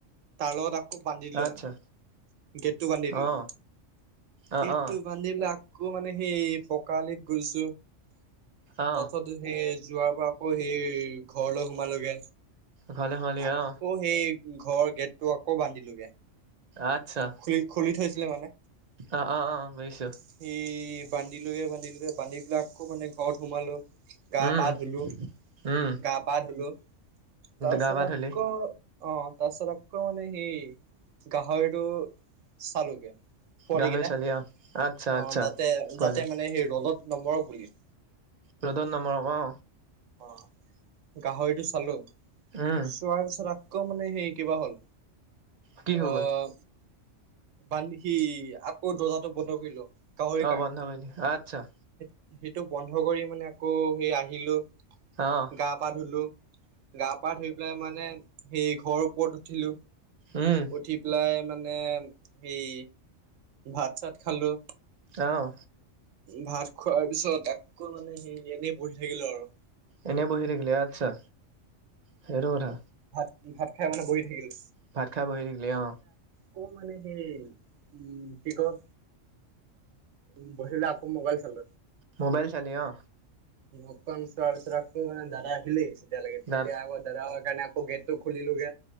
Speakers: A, on the right (about 80°); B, on the right (about 45°).
A: তাৰ লগত আকৌ বান্ধি দিলোঁ
B: আচ্ছা
A: মানে, গেটটো বান্ধি দিলোঁ।
B: অ অ
A: গেটটো
B: অ
A: বান্ধি পাই আকৌ মানে সেই পকালিত গৈ তাত
B: অ
A: সেই যোৱাৰ পৰা আকৌ সেই ঘৰলৈ সোমালোগে
B: ঘৰলৈ সোমালি
A: আকৌ
B: অ
A: সেই ঘৰ গেটটো আকৌ বান্ধিলোগে
B: আচ্ছা
A: খুলি খুলি থৈছিলে মানে
B: অ অ অ বুজিছো
A: সেই। বান্ধিলোগে বান্ধিলোগে বান্ধিপেলাই আকৌ মানে ঘৰত সোমালো। গা
B: উম
A: পা ধুলো,
B: উম
A: গা পা ধুলো। তাৰপিছত
B: গা পা
A: আকৌ
B: ধুলি
A: অ তাৰপিছত আকৌ মানে সেই গাহৰি টো চালুগে পোৱালি
B: গাহৰি
A: কেইটা,
B: চালি অ আচ্ছা আচ্ছা
A: অ যাতে
B: পোৱালি
A: যাতে মানে সেই ৰ'দত নমৰক বুলি।
B: ৰ'দত নমৰক অ
A: অ গাহৰিটো চালোঁ।
B: উম
A: চোৱাৰ পিছত আ আকৌ মানে হেই কিবা হ'ল
B: কি হৈ
A: আহ
B: গ'ল
A: বান্ধি সি আকৌ দৰ্জাটো বন্ধ কৰিলো। গাহৰিৰ
B: অ
A: কাৰণে
B: বন্ধ কৰিলি আচ্ছা
A: সেইটো বন্ধ কৰি মানে আকৌ সেই আহিলো
B: অ
A: গা পা ধুলো গা পা ধুই পেলাই মানে সেই ঘৰ ওপৰত উঠিলো।
B: উম
A: উঠি পেলাই মানে হেই ভাত চাত খালো
B: অঁ
A: ভাত খোৱাৰ পিছত আকৌ মানে সে এনেই বঢ়ি থাকিলো আৰু।
B: এনেই বহি থাকিলি আচ্ছা সেইটো কথা
A: ভাত ভাত খাই মানে বহি থাকিলো।
B: ভাত খাই বহি থাকিলি অ
A: ক মানে সেই উম পিকপ উ বচিল আকৌ মোবাইল চল
B: মোবাইল চালি অ
A: চোৱাৰ পিছো মানে দাদা আহিলেই, তেতিয়ালৈকে তেতিয়া
B: দা
A: আকৌ দাদা সেই কাৰণে আকৌ গেট টো খুলিলোগে